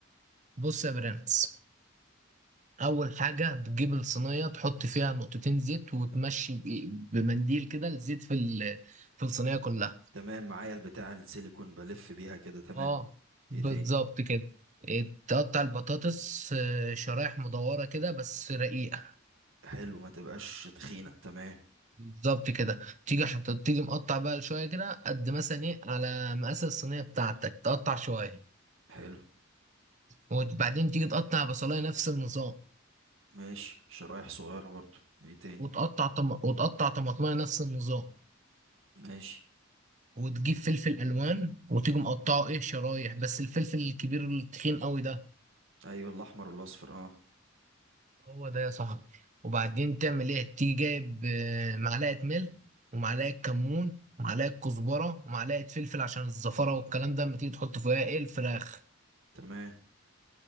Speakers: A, on the right; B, on the right.
A: بص يا برنس اول حاجه بتجيب الصينيه تحط فيها نقطتين زيت وتمشي ب- بمنديل كده الزيت في ال- في الصينيه كلها
B: تمام معايا البتاع السيليكون بلف بيها كده تمام
A: اه
B: ايه
A: بالظبط
B: تاني
A: كده إيه، تقطع البطاطس آه، شرايح مدوره كده بس رقيقه
B: حلو ما تبقاش تخينة تمام
A: بالظبط كده تيجي حط... تيجي مقطع بقى شويه كده قد مثلا ايه على مقاس الصينيه بتاعتك تقطع شويه
B: حلو
A: وبعدين تيجي تقطع بصلايه نفس النظام
B: ماشي شرايح صغيرة برضو ايه تاني
A: وتقطع طم... وتقطع طماطمايه نفس النظام
B: ماشي
A: وتجيب فلفل الوان وتيجي مقطعه ايه شرايح بس الفلفل الكبير التخين قوي ده
B: ايوه الاحمر والاصفر اه
A: هو ده يا صاحبي وبعدين تعمل ايه تيجي جايب آه، معلقه ملح ومعلقه كمون ومعلقه كزبره ومعلقه فلفل عشان الزفره والكلام ده لما تيجي تحط فيها ايه الفراخ
B: تمام